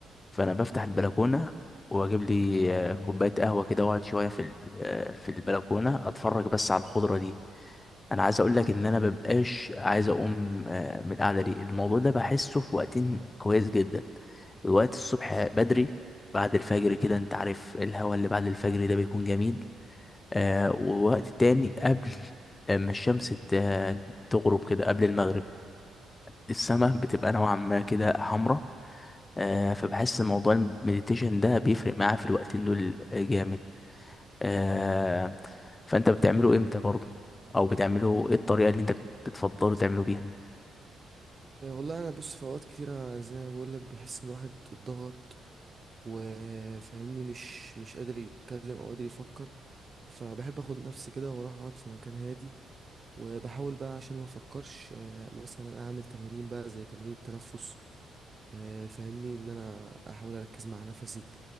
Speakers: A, on the left (about 25°); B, on the right (about 30°).
A: فانا بفتح البلكونه واجيب لي آه، كوبايه قهوه كده واقعد شويه في ال- آه، في البلكونه اتفرج بس على الخضره دي انا عايز اقول لك ان انا مبقاش عايز اقوم آه، من القعده دي الموضوع ده بحسه في وقتين كويس جدا الوقت الصبح بدري بعد الفجر كده انت عارف الهوا اللي بعد الفجر ده بيكون جميل آه ووقت تاني قبل اما الشمس ت- آه، تغرب كده قبل المغرب السماء بتبقى نوعا ما كده حمراء آه فبحس إن موضوع المديتيشن ده بيفرق معاه في الوقتين دول جامد آه فانت بتعمله امتى برضه او بتعمله ايه الطريقة اللي انت بتفضله تعمله بيها
B: آه، والله انا بص في اوقات كتيره زي ما بقول لك بيحس ان واحد اتضغط وفاهمني مش مش قادر يتكلم او قادر يفكر فبحب اخد نفسي كده واروح اقعد في مكان هادي وبحاول بقى عشان ما افكرش آه، مثلا اعمل تمارين بقى زي تمارين التنفس آه، فاهمني ان انا احاول اركز مع نفسي